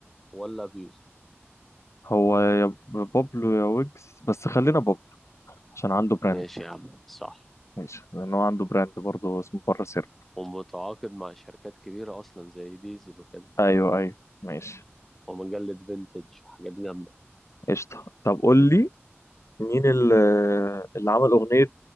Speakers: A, in the centre; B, on the left.
A: ولا بيوسف
B: هو يا بابلو يا ويجز بس خلينا بابلو عشان عنده براند
A: ماشي يا عم صح
B: ماشي لان هو عنده براند برضه اسمه بره سر
A: ومتعاقد مع شركات كبيرة أصلا زي ديزل وكده
B: ايوه ايوه ماشي
A: ومجلة فينتج وحاجات جامدة
B: قشطة طب قول لي مين ال- اللي عمل اغنية